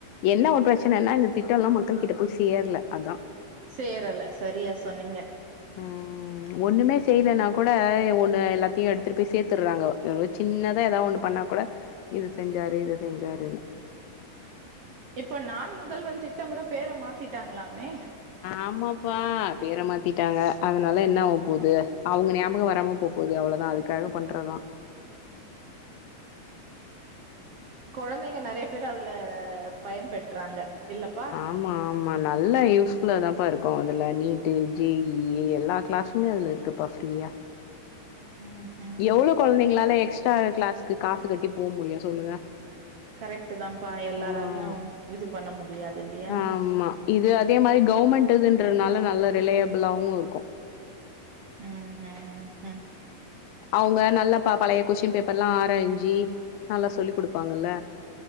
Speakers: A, on the left (about 80°); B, on the right (about 60°).
A: என்ன ஒரு பிரச்சனா இந்த திட்டம் எல்லாம் மக்கள் கிட்ட போய் சேரல அதா
B: சேரல சரியா சொன்னீங்க
A: ம் ஒண்ணுமே செய்யலன்னா கூட ஒண்ணு எல்லாத்தையும் எடுத்துட்டு போய் சேத்துடுறாங்க எவ்ளௌ சின்னதா ஏதாவ ஒண்ணு பண்ணா கூட இத செஞ்சாரு இத செஞ்சாருன்னு
B: இப்ப நா முதல்வன் திட்டோ கூட பேர மாத்திட்டாங்களாமே
A: ஆமாப்பா பேர மாத்திட்டாங்க அதனால என்ன ஆவ போது அவுங்க ஞாபகோ வராம போ போது அவ்ளோதா அதுக்காக பண்றதா
B: கொழந்தைங்க நறைய பேர் அதுல பயன்பெற்றாங்க இல்லப்பா
A: ஆமா ஆமா நல்லா யூஸ்ஃபுல்லா தாப்பா இருக்கு அதுல நீட்டு ஜே இ எல்லா கிளாஸ் ஸுமே அதுல இருக்கப்பா ஃப்ரீயா
B: ம் ம்
A: எவ்ளோ கொழந்தைங்களால எக்ஸ்ட்ரா கிளாஸ்கு காசு கட்டி போக முடியு சொல்லுங்க
B: கரெக்ட்டு தாப்பா எல்லாராலையு
A: ஆ
B: இது பண்ண முடியாது இல்லியா
A: ஆமா இது அதே மாரி கவர்மெண்ட்டு இதுன்றனால நல்ல ரிலையபிளாவு இருக்கு
B: ம் ம் ம்
A: அவுங்க நல்லா பா பழைய கொஷின் பேப்பர்ல்லா ஆராயிஞ்சி நல்லா சொல்லி் குடுப்பாங்கல்ல